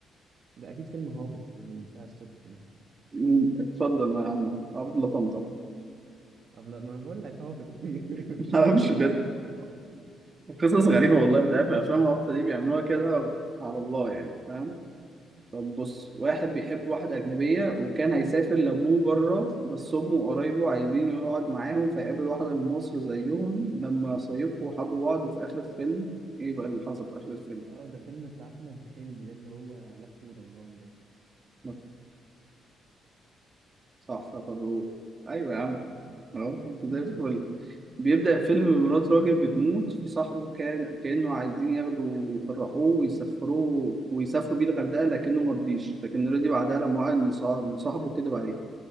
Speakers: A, on the right (about 60°); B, on the right (about 35°).
A: ده اكيد فيلم هابط من بتاع السبكي مثلا
B: مم، اتفضل يا عم عبد الله طمطم
A: طب لا ما أنا بقول لك هابط <laughs>
B: <laughs>
A: يعني
B: ما اعرفش
A: ده
B: بجد
A: لازم يكون هابط
B: قصص غريبه والله مش عارف الافلام الهابطه دي بيعملوها كده على الله يعني فاهم طب بص واحد بيحب واحدة أجنبية وكان هيسافر لأبوه بره بس أمه وقرايبه عايزين يقعد معاهم فيقابل واحدة من مصر زيهم لما صيفوا حبوا بعض وفي آخر الفيلم إيه بقى اللي حصل في آخر الفيلم؟
A: اه ده فيلم بتاع احمد حلمي ده اللي هو لف ودوران باين
B: مف- صح صح طب هو أيوة يا عم
A: عيب عليك
B: أهو أنت
A: <laughs>
B: زي الفل بيبدأ الفيلم بمرات راجل بتموت صاحبه كان كأنه عايزين ياخدوا ويفرحوه ويسفروه ويسافروا بيه الغردقة لكنه مرضيش لكن رضي بعدها لما وعد من صاحبه كدب عليه